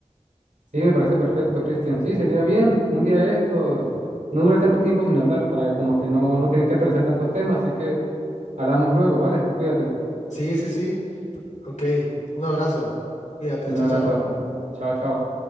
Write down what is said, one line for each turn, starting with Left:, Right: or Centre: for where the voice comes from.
Right: Sí, me parece perfecto, Cristian. Sí, sería bien. Un día de estos, no dura tanto tiempo sin hablar, para como que no, no tener que actualizar tantos temas. Así que hablamos luego, ¿vale? Cuídate.
Left: Sí, sí, sí. Ok. Un abrazo. Cuídate.
Right: Un
Left: Chao,
Right: abrazo.
Left: chao.
Right: Chao, chao.